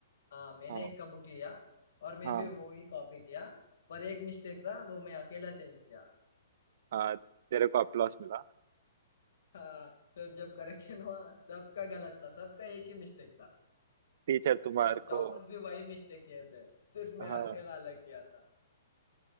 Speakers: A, on the left; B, on the right.
A: हाँ मैंने
B: हाँ
A: एक का बुक लिया और मैं
B: हाँ
A: भी वो ही कॉपी किया पर एक मिस्टेक था वो मैं अकेला चेंज किया
B: हाँ तेरे को अप्लॉस मिला
A: हाँ फिर जब करेक्शन हुआ सबका गलत था सबका एक ही मिस्टेक था
B: टीचर तुम्हारे
A: सब टॉपर्स
B: को
A: भी वही मिस्टेक किए थे सिर्फ
B: हाँ
A: मैं अकेला अलग किया था